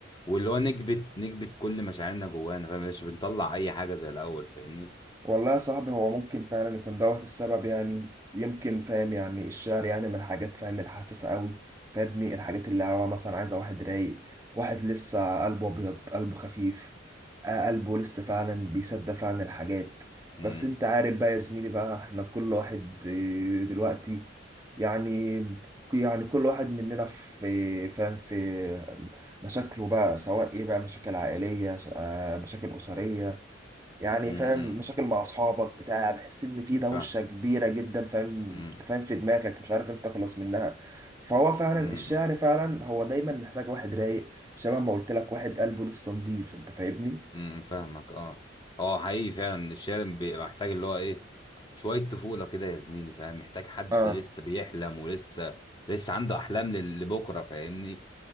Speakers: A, on the left; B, on the right.
A: واللي هو نكبت نكبت كل مشاعرنا جوانا فاهم مش بنطلع أي حاجة زي الأول فاهمني
B: والله يا صاحبي هو ممكن فعلا يكون دوت السبب يعني يمكن فاهم يعني الشعر يعني من الحاجات فاهم الحساسة قوي فابني الحاجات اللي هو مثلا عايزة واحد رايق واحد لسه قلبه أبيض قلبه خفيف آه، قلبه لسه فعلا بيصدق فعلا الحاجات
A: امم
B: بس انت عارف بقى يا زميلي بقى احنا كل واحد آه، دلوقتي يعني يعني كل واحد مننا في فاهم في مشاكله بقى سواء ايه بقى مشاكل عائلية آه، مشاكل أسرية يعني
A: امم
B: فاهم مشاكل مع اصحابك بتاع بحس ان في دوشه
A: فاهم
B: كبيره جدا فاهم
A: امم
B: انت فاهم في دماغك مش عارف انت تخلص منها فهو فعلا
A: امم
B: الشعر فعلا هو دايما محتاج واحد رايق شبه ما قلت لك واحد قلبه لسه نضيف انت فاهمني
A: امم فاهمك اه اه حقيقي فعلا الشارع بيبقى محتاج اللي هو إيه شوية طفولة كده يا زميلي فاهم محتاج حد
B: اه
A: لسه بيحلم ولسه لسه عنده أحلام لل- لبكرة فاهمني